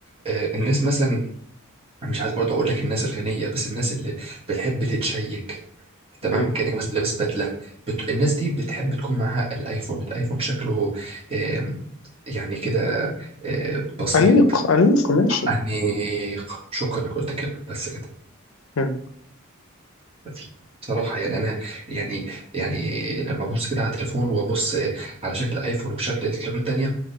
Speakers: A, on the right; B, on the left.
A: آه، الناس مثلا مش عايز برضه اقول لك الناس الغنيه بس الناس اللي بتحب تتشيك تمام
B: م.
A: كانك مثلا لابس بدله بت... الناس دي بتحب تكون معاها الايفون الايفون شكله آم، يعني كده آه، بسيط
B: أنيق أنيق ماشي
A: انيق شكرا انك قلت الكلمه بس كده
B: م.
A: بس بصراحه يعني انا يعني يعني لما ابص كده على التليفون وابص آه، على شكل الايفون وشكل التليفون التانيه